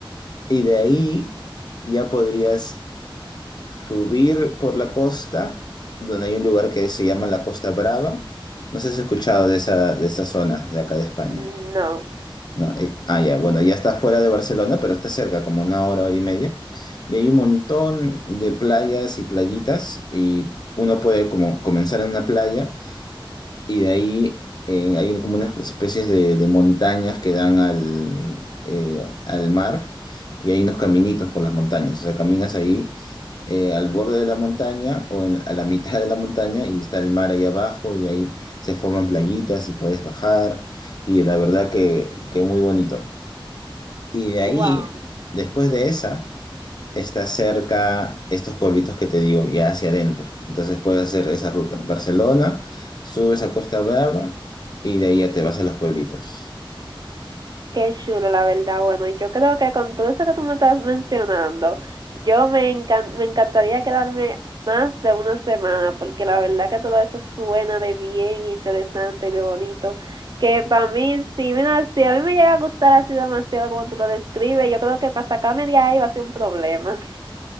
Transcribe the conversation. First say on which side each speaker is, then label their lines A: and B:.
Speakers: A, on the left; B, on the right.
A: Y de ahí ya podrías subir por la costa, donde hay un lugar que se llama la Costa Brava. No sé si has escuchado de esa, de esa zona de acá de España.
B: Mm, No.
A: No, eh, ah, ya, bueno, ya está fuera de Barcelona, pero está cerca, como una hora, hora y media. Y hay un montón de playas y playitas, y uno puede como comenzar en una playa, y de ahí eh, hay como unas especies de, de montañas que dan al, eh, al mar, y hay unos caminitos por las montañas. O sea, caminas ahí eh, al borde de la montaña o en- a la mitad de la montaña, y está el mar ahí abajo, y ahí se forman playitas y puedes bajar, y la verdad que, que muy bonito. Y de
B: Wow.
A: ahí, después de esa, está cerca estos pueblitos que te digo, ya hacia adentro. Entonces puedes hacer esa ruta. Barcelona, subes a Costa Brava y de ahí ya te vas a los pueblitos.
B: Qué chulo, la verdad. Bueno, yo creo que con todo eso que tú me estás mencionando, yo me encan- me encantaría quedarme más de una semana, porque la verdad que todo eso suena de bien interesante y de bonito. Que para mí, si, mira, si a mí me llega a gustar así demasiado como tú lo describes, yo creo que para sacarme de ahí va a ser un problema.